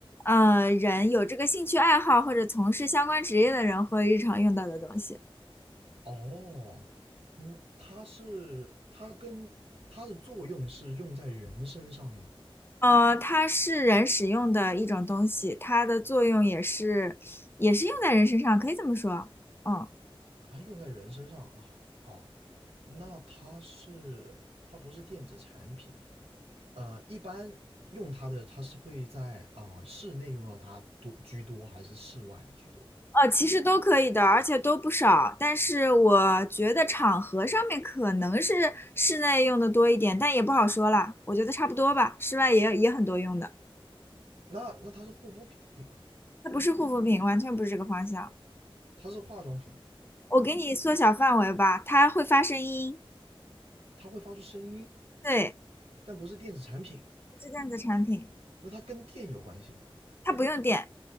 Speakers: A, on the left (about 25°); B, on the right (about 85°).
A: 呃人有这个兴趣爱好或者从事相关职业的人会日常用到的东西，
B: 哦，嗯，它是它跟它的作用是用在人身上吗？
A: 呃，它是人使用的一种东西，它的作用也是也是用在人身上，可以这么说，嗯。
B: 啊，用在人身上啊，好，那它是它不是电子产品，呃，一般用它的它是会在啊、室内用到它多居多，还是室外居多？
A: 呃，其实都可以的，而且都不少。但是我觉得场合上面可能是室内用的多一点，但也不好说啦。我觉得差不多吧，室外也也很多用的。
B: 那那它是护肤品吗？
A: 它不是护肤品，完全不是这个方向。
B: 它是化妆品嘛，
A: 我给你缩小范围吧，它会发声音，
B: 它会发出声音，
A: 对，
B: 但不是电子产品。
A: 不是电子产品，
B: 那它跟电有关系吗？
A: 它不用电。